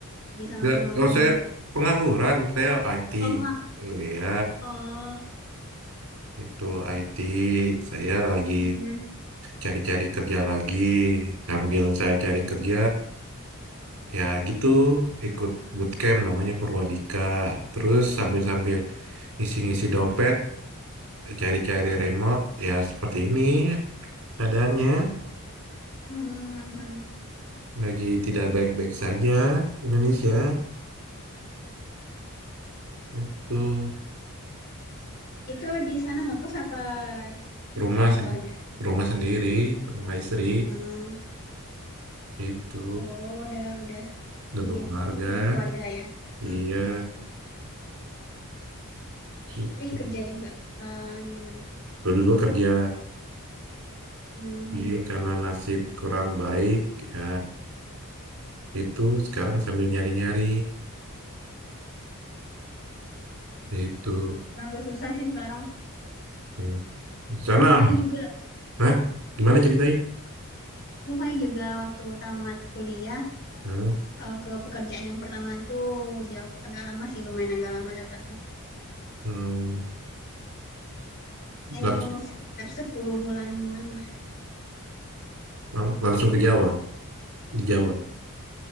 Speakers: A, on the left; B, on the right.
A: Kerja sama
B: Ya,
A: firma hukum.
B: oh, saya pengangguran, saya IT.
A: Oh, bunga.
B: Oh ya,
A: Oh,
B: itu IT. Saya lagi
A: mm-mm.
B: cari-cari kerja lagi. Sambil saya cari kerja, ya gitu, ikut bootcamp namanya Purwadika. Terus sambil-sambil ngisi-ngisi dompet, cari-cari remote, ya seperti ini keadaannya.
A: Hmm, hmm.
B: Lagi tidak baik-baik saja Indonesia. itu
A: Itu di sana ngekos apa
B: rumah
A: sama
B: sen-
A: keluarga?
B: rumah sendiri rumah istri
A: Hmm.
B: itu
A: Oh, udah udah
B: double
A: punya
B: keluarga
A: udah berkeluarga ya. Hmm.
B: iya itu
A: Istri kerja juga. Eh, gimana?
B: dulu dulu kerja
A: Hmm,
B: jadi karena nasib kurang baik ya itu sekarang sambil nyari nyari itu
A: emang agak susah sih sekarang.
B: Hmm. di sana
A: Dulu
B: aman.
A: Fai juga,
B: Hah? gimana ceritain
A: dulu Fai juga waktu tamat kuliah
B: nah
A: eh, ke pekerjaan yang pertama tuh jauh agak lama sih, lumayan agak lama dapatnya.
B: Hmm,
A: Mungkin
B: langsung
A: sekitar 10 bulanan lah.
B: lang- langsung ke Jawa di Jawa